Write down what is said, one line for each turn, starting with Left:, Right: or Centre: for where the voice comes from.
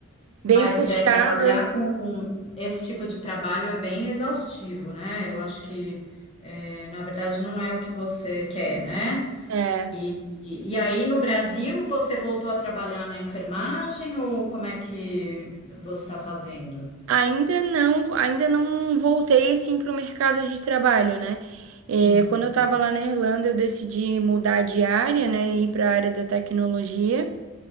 Left: Mas
Right: bem puxado.
Left: é, trabalhar com esse tipo de trabalho é bem exaustivo, né? Eu acho que, é, na verdade, não é o que você quer, né?
Right: É,
Left: E, e, e aí, no Brasil, você voltou a trabalhar na enfermagem ou como é que você está fazendo?
Right: ainda não, ainda não voltei assim para o mercado de trabalho, né? É,
Left: Hum,
Right: quando eu estava lá na Irlanda, eu decidi mudar de área, né? Ir para a área da tecnologia.